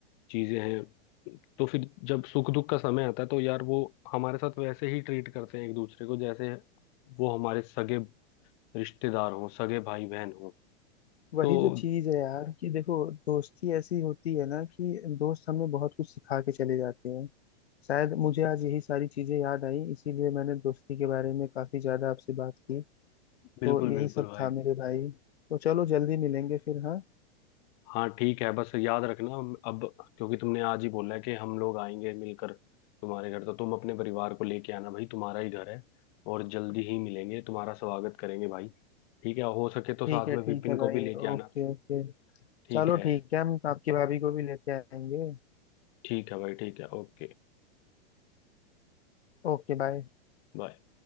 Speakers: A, on the left; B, on the left.
A: चीजें हैं तो फिर जब सुख दुख का समय आता है तो यार वो हमारे साथ वैसे ही ट्रीट करते हैं एक दूसरे को जैसे वो हमारे सगे रिश्तेदार हों सगे भाई बहन हों
B: वही
A: तो
B: तो चीज है यार कि देखो दोस्ती ऐसी होती है ना कि दोस्त हमें बहुत कुछ सिखा के चले जाते हैं शायद मुझे आज यही सारी चीजें याद आई इसीलिए मैंने दोस्ती के बारे में काफी ज्यादा आपसे बात की तो
A: बिल्कुल
B: यही
A: बिल्कुल
B: सब
A: भाई
B: था मेरे भाई तो चलो जल्दी मिलेंगे फिर हाँ
A: हाँ ठीक है बस याद रखना अब क्योंकि तुमने आज ही बोला है कि हम लोग आएंगे मिलकर तुम्हारे घर तो तुम अपने परिवार को लेके आना भाई तुम्हारा ही घर है और जल्दी ही मिलेंगे तुम्हारा स्वागत करेंगे भाई ठीक है हो सके तो
B: ठीक
A: साथ
B: है
A: में विपिन
B: ठीक है भाई
A: को भी लेके आना
B: Okay okay
A: ठीक
B: चलो
A: है
B: ठीक है हम आपकी भाभी को भी लेते आएंगे
A: ठीक है भाई ठीक है ओके
B: Okay bye
A: बाय